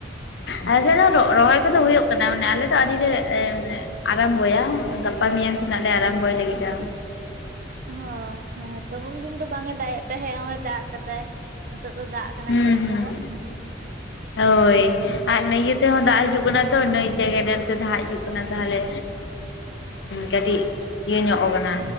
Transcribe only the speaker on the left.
ᱟᱞᱮ ᱥᱮᱫ ᱫᱚ ᱨᱚᱦᱚᱭ ᱠᱚᱼᱫᱚ ᱦᱩᱭᱩᱜ ᱠᱟᱱᱟ᱾ ᱢᱟᱱᱮ ᱟᱞᱮ ᱫᱚ ᱟᱹᱩᱰᱤᱜᱮ ᱟᱨᱟᱢᱵᱚᱭᱼᱟ᱾ ᱜᱟᱯᱟ ᱢᱮᱭᱟᱝ ᱛᱮᱱᱟᱜ ᱞᱮ ᱟᱨᱟᱢᱵᱚᱭ᱾ ᱞᱟᱹᱜᱤᱫᱼᱟ᱾
ᱦᱩᱸ
ᱦᱩᱸ
ᱦᱳᱭ ᱟᱨ ᱱᱟ. ᱭᱟᱹ ᱛᱮᱦᱚᱸ ᱫᱟᱜ ᱦᱤᱡᱩᱼᱜ ᱠᱟᱱᱟ ᱾ᱛᱚ ᱱᱟᱹᱭᱛᱮ ᱨᱮᱦᱚᱸ ᱫᱟᱜ ᱦᱤᱡᱩᱜ ᱠᱟᱱᱟ᱾ ᱛᱟᱦᱚᱞᱮ ᱠᱟᱹᱴᱤᱡ ᱤᱭᱟᱹ ᱧᱚᱜ ᱟᱠᱟᱱᱟ